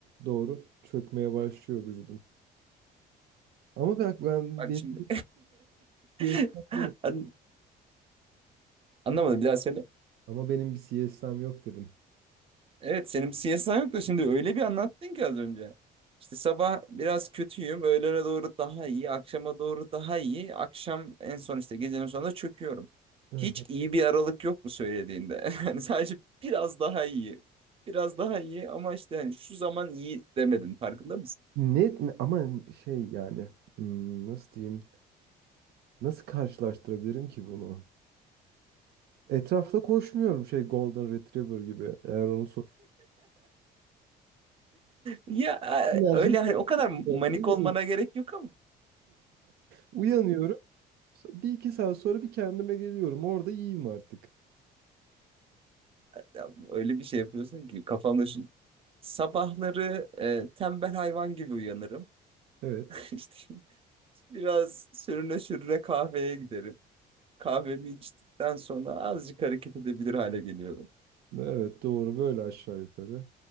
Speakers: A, on the right; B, on the right.
A: doğru çökmeye başlıyor vücudum. Ama bak ben
B: Bak
A: benim
B: şimdi.
A: bir
B: <laughs>
A: siestam yok.
B: An- Anlamadım bir daha söyle.
A: Ama benim bir siestam yok dedim.
B: Evet senin bir CSI yok da şimdi öyle bir anlattın ki az önce. İşte sabah biraz kötüyüm, öğlene doğru daha iyi, akşama doğru daha iyi, akşam en son işte gecenin sonunda çöküyorum.
A: Hı.
B: Hiç iyi bir aralık yok mu söylediğinde? <laughs> Yani sadece biraz daha iyi. Biraz daha iyi ama işte hani şu zaman iyi demedin farkında
A: Ne ne- ama şey yani hmm, nasıl diyeyim? Nasıl karşılaştırabilirim ki bunu? Etrafta koşmuyorum şey Golden Retriever gibi. Eğer onu sor.
B: Ya
A: Enerjim
B: e, öyle hani
A: <laughs>
B: o kadar manik olmana gerek yok ama
A: uyanıyorum. <laughs> Bir iki saat sonra bir kendime geliyorum. Orada yiyeyim artık.
B: ya öyle bir şey yapıyorsun ki kafamda şu sabahları e, tembel hayvan gibi uyanırım.
A: Evet.
B: <laughs> İşte biraz sürüne sürüne kahveye giderim. Kahvemi içtikten sonra azıcık hareket edebilir hale geliyorum.
A: Evet doğru böyle aşağı yukarı.